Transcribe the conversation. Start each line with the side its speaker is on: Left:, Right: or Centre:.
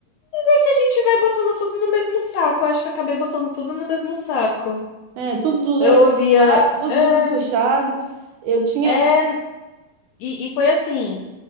Left: É que a gente vai botando tudo no mesmo saco. Eu acho que eu acabei botando tudo no mesmo saco.
Right: é, tudo dos
Left: Eu
Right: olhos,
Left: ouvia.
Right: dos
Left: É,
Right: olhos puxados. Eu tinha.
Left: é, e, e foi assim.